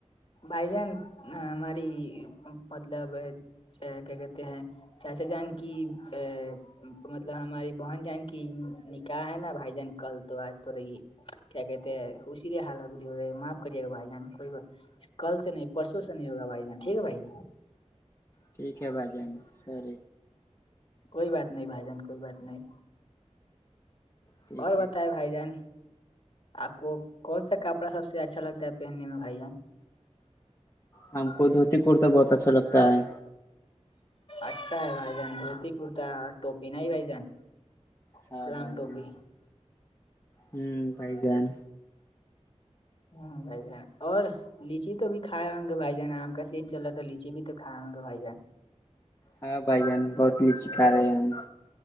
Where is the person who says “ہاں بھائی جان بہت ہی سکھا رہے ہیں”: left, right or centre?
Left